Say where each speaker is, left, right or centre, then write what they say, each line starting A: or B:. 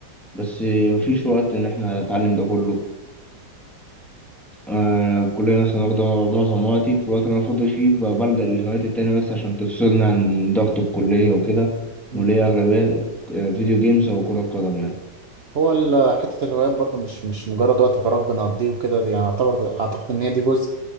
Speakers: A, in the centre; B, on the right.
A: بس مفيش وقت ان احنا نتعلم ده كله آه، الكلية مثلا واخدة معظم وقتي في الوقت اللي أنا فاضي فيه ب- بلجأ للهوايات التانية بس عشان تفصلني عن ضغط الكلية وكده
B: مم.
A: واللي هي أغلبية آه، فيديو جيمز أو كرة قدم يعني
B: هو ال- حتة الهوايات برضو مش مش مجرد وقت فراغ بنقضيه وكده دي يعني اعتبر اعتقد ان هي دي جزء